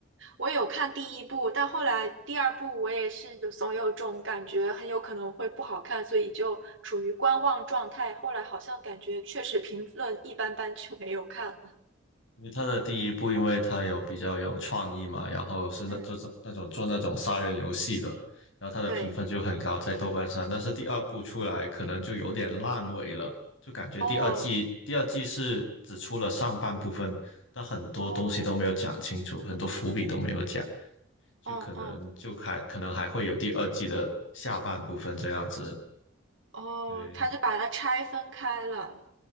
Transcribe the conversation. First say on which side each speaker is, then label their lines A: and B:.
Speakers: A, on the right (about 65°); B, on the left (about 65°).
A: 我有看第一部，但后来第二部我也是就总有种感觉，很有可能会不好看，所以就处于观望状态。后来好像感觉确实评论一般般，就没有看了。
B: 因为他的第一部，因为他有比较有创意嘛，然后是那这种那种做那种杀人游戏的，
A: 嗯，
B: 然后他的评分就很高，
A: 对，
B: 在豆瓣上。但是第二部出来可能就有点烂尾了，就感觉第二季第二季是只出了上半部分，
A: 哦，
B: 但很多东西都没有讲清楚，
A: 哦，
B: 很多伏笔都没有讲，就可能就还可能还会有第二季的下半部分这样子。
A: 哦，哦，哦，
B: 对，
A: 他就把它拆分开了。